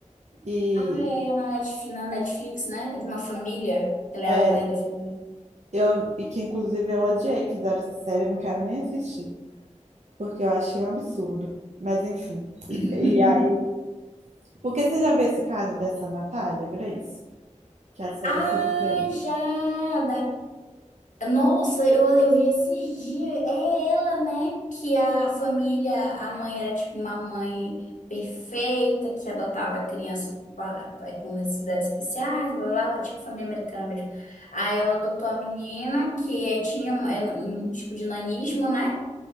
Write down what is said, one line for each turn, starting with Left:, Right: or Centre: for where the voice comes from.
Right: E
Left: Ah, é na Netflix, na Netflix, né? De uma família. Ela é
Right: é,
Left: a mãe da família.
Right: eu, e que inclusive eu odiei que fizeram essa série, eu não quero nem assistir, porque eu achei um absurdo. Mas enfim. E,
Left: <laughs>
Right: e aí. Porque você já viu esse caso dessa Natália Grace? que a série
Left: Ah,
Right: é sobre ela.
Left: já! Nossa, eu, eu vi esses dias. É ela, né? Que a família, a mãe era tipo uma mãe perfeita, que adotava crianças pa- pa- com necessidades especiais, blá, blá, blá, tipo família americana mesmo. Aí ela adotou a menina, que é- tinha um, é um tipo de nanismo, né?